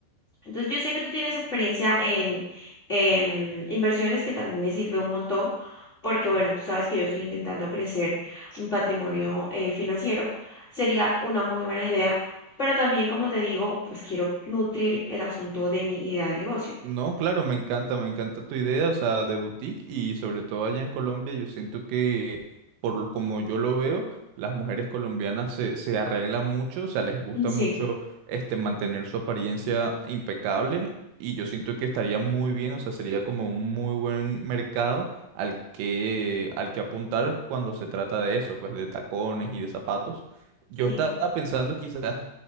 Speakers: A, on the left; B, on the right.
A: Entonces, yo sé que tú tienes experiencia en, en inversiones, que también me sirve un montón, porque bueno, tú sabes que yo estoy intentando crecer mi patrimonio eh, financiero. Sería una muy buena idea, pero también, como te digo, pues quiero nutrir el asunto de mi idea de negocio.
B: No, claro, me encanta, me encanta tu idea, o sea, de boutique y sobre todo allá en Colombia, yo siento que, por lo- como yo lo veo, las mujeres colombianas se, se arreglan mucho, o sea, les gusta
A: Mm, Sí.
B: mucho este, mantener su apariencia impecable y yo siento que estaría muy bien, o sea, sería como un muy buen mercado al que, al que apuntar cuando se trata de eso, pues de tacones y de zapatos. Yo
A: Sí.
B: estaba pensando quizás